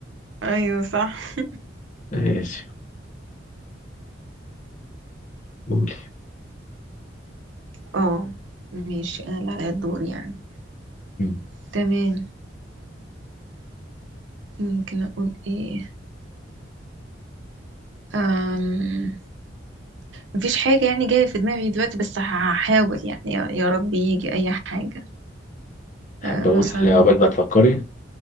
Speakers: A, on the right; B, on the left.
A: ايوه صح
B: <laughs> ماشي قولي
A: اه ماشي انا اللي عليا الدور يعني
B: مم.
A: تمام ممكن اقول ايه أم... مفيش حاجة يعني جاية في دماغي دلوقتي بس هحاول يعني يا, يا رب يجي أي حاجة أه
B: أحب
A: مثلا
B: أقول عقبال
A: ممكن
B: ما تفكري